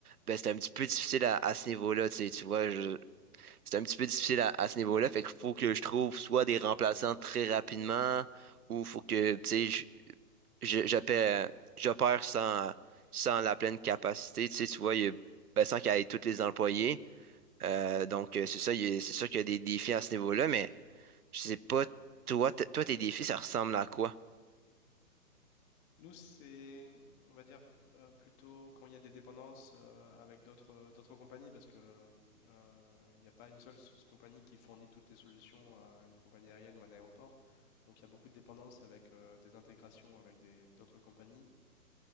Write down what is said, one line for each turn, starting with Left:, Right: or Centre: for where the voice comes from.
Right: ben, c'est un petit peu difficile à, à ce niveau-là, tu sais, tu vois, c'est un petit peu difficile à, à ce niveau-là. Fait qu'il faut que je trouve soit des remplaçants très rapidement ou faut que, tu sais, je- je- j'opère, j'opère sans, sans la pleine capacité. Tu sais, tu vois, il y a, ben, sans qu'il y ait tous les employés. Euh, donc, euh, c'est ça, il y a- c'est sûr qu'il y a des défis à ce niveau-là, mais je sais pas, toi, t- toi, tes défis, ça ressemble à quoi?
Left: Nous, c'est, on va dire, euh, plutôt quand il y a des dépendances euh, avec d'autres euh, d'autres compagnies, parce que euh, il n'y a pas une seule sous- compagnie qui fournit toutes les solutions à une compagnie aérienne ou à un aéroport. Donc il y a beaucoup de dépendances avec euh, des intégrations avec des- d'autres compagnies.